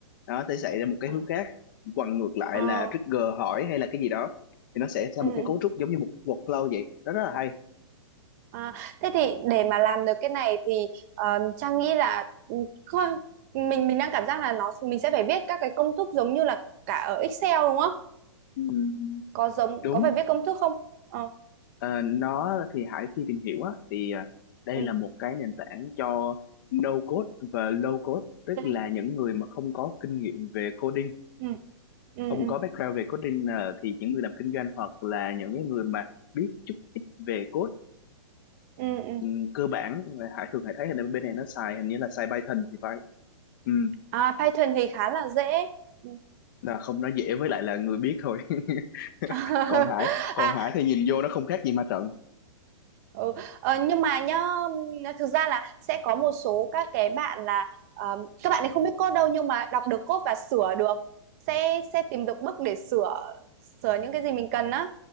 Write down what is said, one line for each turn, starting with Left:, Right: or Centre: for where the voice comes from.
Left: nó sẽ chạy ra một cái
Right: ờ,
Left: hướng khác còn ngược lại
Right: ờ,
Left: là trigger hỏi hay là cái gì đó thì nó sẽ ra
Right: ừ,
Left: một
Right: ừ.
Left: cái cấu trúc giống như một cái workflow vậy đó rất là hay
Right: À, thế thì để mà làm được cái này thì ờ, Trang nghĩ là ừ, coi- mình mình đang cảm giác là nó mình sẽ phải viết các cái công thức giống như là cả ở Excel đúng không?
Left: Ừm,
Right: Có giống
Left: đúng
Right: có phải viết công thức không? Ờ,
Left: Ờ, nó thì Hải khi tìm hiểu á thì à, đây
Right: ừ,
Left: là một cái nền tảng cho no code và low code tức
Right: ừ,
Left: là những người mà không có kinh nghiệm về coding
Right: ừ, ừ,
Left: không
Right: ừ,
Left: có background về coding ờ, thì những người làm kinh doanh hoặc là những cái người mà biết chút ít về code
Right: ừ. ừ.
Left: ừm, cơ bản Hải thường Hải thấy là bên này nó xài hình như là xài Python thì phải Ừm,
Right: À, Python thì khá là dễ. Ừ.
Left: là không nó dễ với lại là người biết thôi <laughs>
Right: <laughs>
Left: còn Hải còn
Right: à
Left: Hải thì nhìn vô nó không khác gì ma trận
Right: Ừ. Ờ, nhưng mà nhá thực ra là sẽ có một số các cái bạn là ờm, các bạn ấy không biết code đâu nhưng mà đọc được code và sửa được sẽ sẽ tìm được bug để sửa sửa những cái gì mình cần á